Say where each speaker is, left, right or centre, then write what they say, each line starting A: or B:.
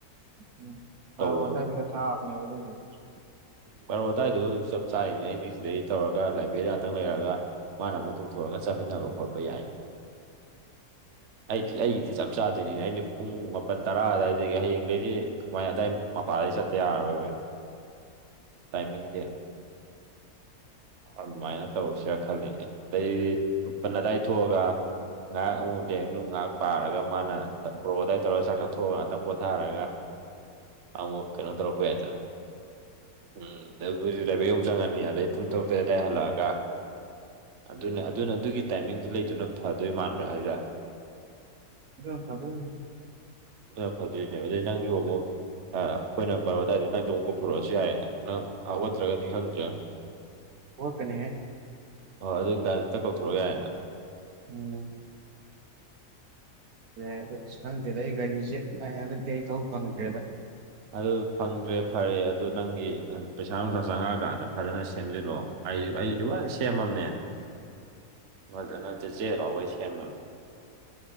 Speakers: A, on the right; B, on the right.
A: ꯎꯝ ꯕꯥꯔꯣ
B: ꯇꯧ
A: ꯑꯗꯥꯏꯗꯒ <unintelligible>
B: ꯚꯔꯣ ꯋꯥꯇꯥꯏꯗꯨ ꯆꯞ ꯆꯥꯔꯤꯅꯦ ꯑꯩꯒꯤ ꯁꯤꯗꯩ ꯇꯧꯔꯒ ꯂꯥꯏꯕ꯭ꯔꯦꯔꯤ ꯉꯥꯛꯇꯪ ꯂꯩꯔꯒ ꯃꯥꯅ ꯑꯃꯨꯛ ꯀꯧꯊꯣꯔꯒ ꯆꯥꯃꯤꯟꯅꯕ ꯈꯣꯠꯄ ꯌꯥꯏ ꯑꯩꯗꯤ ꯑꯩꯒꯤꯗꯤ ꯆꯞ ꯆꯥꯗꯣꯏꯅꯤꯅꯦ ꯑꯩꯅ ꯄꯨꯡ ꯃꯥꯄꯜ ꯇꯔꯥ ꯑꯗꯨꯋꯥꯏꯗꯒꯤ ꯍꯌꯦꯡꯗꯒꯤꯩꯗꯤ ꯀꯃꯥꯏ ꯑꯗꯨꯗꯥꯏ ꯃꯄꯥꯥꯟꯗꯩ ꯆꯠꯇ ꯌꯥꯔꯔꯣꯏꯕꯩ ꯇꯥꯏꯃꯤꯡꯁꯦ ꯑꯗꯨꯃꯥꯏꯅ ꯇꯧꯁꯤꯔꯥ ꯈꯜꯂꯤꯅꯦ ꯑꯇꯩ ꯂ ꯑꯗꯥꯏ ꯊꯣꯛꯑꯒ ꯉꯥꯏꯍꯥꯛ ꯑꯃꯨꯛ ꯂꯦꯡꯅꯨ ꯉꯥꯏꯍꯥꯛ ꯄꯥꯔꯒ ꯃꯥꯅ ꯕ꯭ꯔꯣ ꯑꯗꯥꯏ ꯇꯧꯔꯒ ꯆꯥꯛ ꯆꯥꯊꯣꯛꯑꯒ ꯉꯥꯛꯇꯪ ꯄꯣꯊꯥꯔꯒ ꯑꯃꯃꯨ ꯀꯩꯅꯣ ꯇꯔꯄ ꯌꯥꯏꯇꯦ ꯎꯝ ꯑꯗ ꯍꯧꯖꯤꯛ ꯂꯕ ꯌꯧ ꯆꯪꯉꯅꯤ ꯑꯗꯩ ꯄꯨꯡ ꯇꯔꯨꯛꯇ ꯑꯗꯥꯏ ꯍꯜꯂꯛꯑꯒ ꯑꯗꯨꯅ ꯑꯗꯨꯅ ꯑꯗꯨꯒꯤ ꯇꯥꯏꯃꯤꯡꯁꯨ ꯂꯩꯗꯨꯅ ꯐꯗꯣꯏ ꯃꯥꯟꯕ꯭ꯔꯥ ꯍꯥꯏꯔ
A: ꯑꯗꯨꯅ ꯐꯗꯣꯏꯅꯤ
B: ꯑ ꯐꯗꯅꯦ ꯑꯗꯨꯗꯩ ꯅꯪ ꯌꯃꯣ ꯑꯩꯈꯣꯏꯅ ꯕꯥꯔꯑꯣꯗꯥꯏꯗ ꯅꯥ ꯆꯣꯡ ꯀ ꯄꯨꯔꯛꯑꯁꯨ ꯌꯥꯏꯌꯦꯅ ꯅꯪ ꯍꯧꯒꯠꯇ꯭ꯔꯒꯗꯤ ꯈꯪꯗ꯭ꯔꯦ
A: ꯍꯇꯅꯦ
B: ꯍꯣꯏꯣꯏ ꯑꯗꯨ ꯑꯣꯏꯇꯥꯔꯗꯤ ꯇ ꯀꯧꯊꯣꯔꯛꯑꯣ ꯌꯥꯏꯌꯦꯅ
A: ꯎꯝ ꯑꯗꯨ ꯈꯪꯗꯦꯗ ꯑꯩ ꯒꯥꯔꯤꯁꯦ ꯑꯩ ꯍꯟꯗꯛꯇꯤ ꯑꯩ ꯊꯧꯕ ꯐꯪꯗ꯭ꯔꯦꯗ
B: ꯑꯗꯨ ꯐꯪꯗ꯭ꯔꯦ ꯐꯔꯦ ꯑꯗꯨ ꯅꯪꯒꯤ ꯄꯩꯁꯥ ꯅꯨꯡꯁꯥ ꯆꯪꯉꯛꯑꯀꯥꯟꯗ ꯐꯖꯅ ꯁꯦꯝꯖꯤꯜꯂꯛꯑꯣ ꯑꯩ ꯑꯩꯁꯨ ꯂꯅ ꯁꯦꯝꯃꯝꯅꯦ ꯃꯖꯅ ꯆꯦ ꯆ ꯑꯣꯋꯥꯩ ꯁꯃꯃꯅꯤ